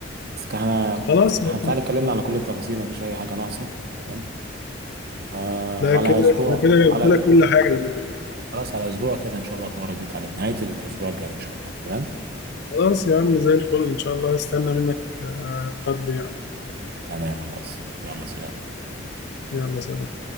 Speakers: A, on the right; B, on the left.
A: بس كان احنا
B: خلاص يا
A: إحنا بتاع
B: عم،
A: اتكلمنا على كل التفاصيل مفيش اي حاجه ناقصه تمام آه
B: ده
A: وعلى
B: كده
A: اسبوع
B: ده كده قلت
A: على
B: لك كل حاجة بالنسبة لي.
A: خلاص على اسبوع كده ان شاء الله اكون رديت عليك نهايه الاسبوع الجاي ان شاء الله تمام
B: خلاص يا عم زي الفل ان شاء الله هستنى منك آه، رد يعني
A: تمام خلاص يلا سلام
B: يلا سلام